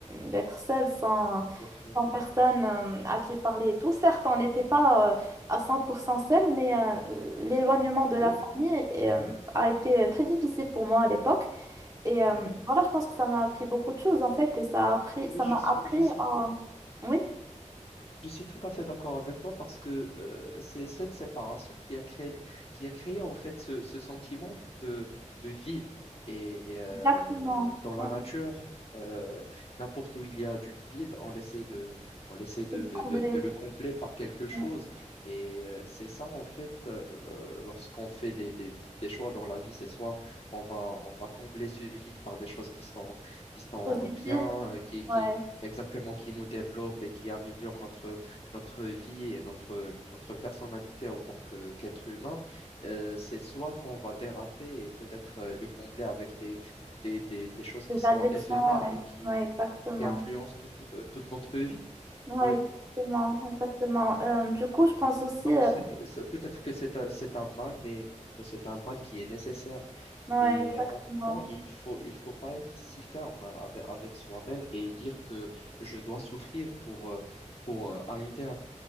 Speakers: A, on the right; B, on the left.
A: d'être seul sans,
B: peut
A: sans personne euh, à qui parler et tout. Certes, on n'était pas euh, à 100% seul, mais euh, l'éloignement de la
B: Oui,
A: famille euh, a été très difficile pour moi à l'époque. Et
B: ouais.
A: euh, voilà, je pense que ça m'a appris beaucoup de choses en fait, et ça a appris,
B: oui,
A: ça
B: je
A: m'a
B: suis,
A: appris
B: je suis.
A: à... Oui,
B: Je suis tout à fait d'accord avec toi parce que euh, c'est cette séparation qui a créé, qui a créé en fait ce, ce sentiment de, de vide. Et euh,
A: exactement.
B: dans la
A: Ouais,
B: nature, euh, n'importe où il y a du vide, on essaie de, on essaie de, de,
A: Combler
B: de, de le combler par quelque chose.
A: ouais,
B: Et euh, c'est ça en fait, euh, lorsqu'on fait des, des, des choix dans la vie, c'est soit on va, on va combler ce vide par des choses qui sont, qui sont
A: positif,
B: bien, euh, qui,
A: ouais,
B: qui, exactement qui nous développe et qui améliore notre, notre vie et notre, notre personnalité en tant que- qu'être humain, euh, c'est soit qu'on va déraper et peut-être euh, le combler avec des, des, des, des choses
A: les
B: qui sont
A: addictions,
B: éphémères
A: ouais,
B: et qui,
A: ouais, exactement.
B: et qui influencent toute, toute toute notre vie.
A: Ouais,
B: Oui.
A: exactement, exactement. Euh, du coup, je pense aussi,
B: Donc,
A: euh,
B: c'est, c'est- peut-être que c'est un, c'est un mal, mais, mais c'est un mal qui est nécessaire.
A: ouais,
B: Mais
A: exactement.
B: euh, en même temps, il faut, il faut pas être si ferme avec, avec soi-même et dire que je dois souffrir pour, euh, pour euh, arriver à